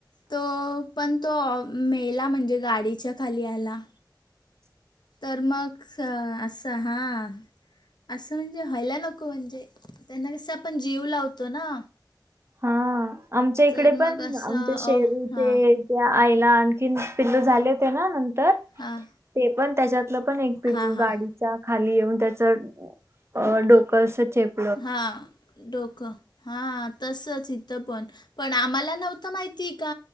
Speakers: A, on the left; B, on the right.
A: तो पण तो मेला म्हणजे गाडीच्या खाली आला. तर मग स असं हां असं म्हणजे व्हायला नको म्हणजे त्यांना कसं आपण जीव लावतो ना.
B: हा आमच्या इकडे
A: तर
B: पण
A: मग असं
B: आमच्या शेरू
A: अ हां
B: ते त्या आईला आणखीन पिल्ल झाले होते ना नंतर
A: हां
B: ते पण त्याच्यातलं पण एक पिल्लू
A: हां हां
B: गाडी च्या खाली येऊन त्याच असं डोक चेप
A: हा डोकं हा तसच इथं पण पण आम्हाला नव्हतं माहिती का